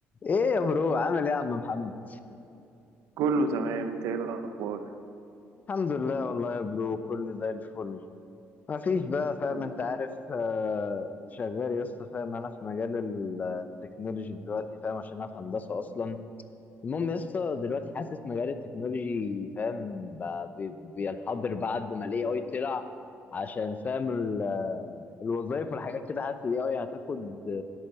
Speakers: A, on the left (about 35°); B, on the right (about 85°).
A: ايه يا برو عامل ايه يا عم محمد
B: كله تمام انت ايه الاخبار
A: الحمد لله والله يا برو كله زي الفل ما فيش بقى فاهم
B: الحمد
A: انت
B: لله
A: عارف آه، شغال يا اسطى فاهم انا في مجال ال- التكنولوجي دلوقتي فاهم عشان انا في هندسه اصلا المهم يا اسطى دلوقتي حاسس مجال التكنولوجي فاهم بقى بي- بينحدر بعد ما الاي اي طلع عشان فاهم ال- آه، الوظايف والحاجات كده حاسس الاي اي هتاخد